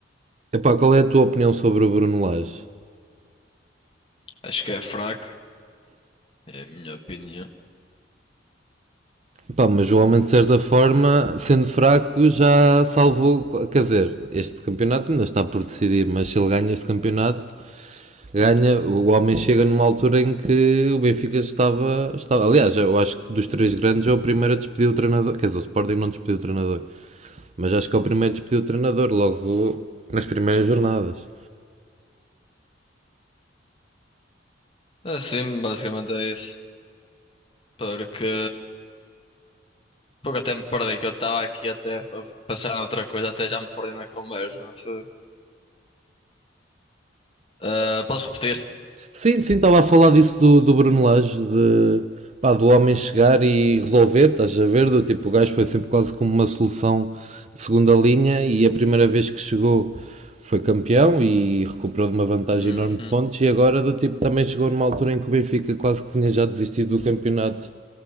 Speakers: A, on the right; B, on the left.
A: Epá, qual é a tua opinião sobre o Bruno Lage?
B: Acho que é fraco, é a minha opinião.
A: Pá, mas o homem, de certa forma, sendo fraco, já salvou. Quer dizer, este campeonato ainda está por decidir, mas se ele ganha este campeonato, ganha. O homem chega numa altura em que o Benfica estava. estava aliás, eu acho que dos três grandes é o primeiro a despedir o treinador. Quer dizer, o Sporting não despediu o trespediu o treinador, mas acho que é o primeiro a despedir o treinador, logo nas primeiras jornadas.
B: Assim, basicamente é isso. Porque, porque até me perdi, que eu estava aqui até a f- a pensar em outra coisa, até já me perdi na conversa, não foi? Ah, posso repetir?
A: Sim, sim, estava a falar disso do, do Bruno Lage, de, pá, do homem chegar e resolver, estás a ver? Do tipo, o gajo foi sempre quase como uma solução de segunda linha e a primeira vez que chegou foi campeão e recuperou de uma vantagem
B: Uhum.
A: enorme de pontos e agora do tipo também chegou numa altura em que o Benfica quase que tinha já desistido do campeonato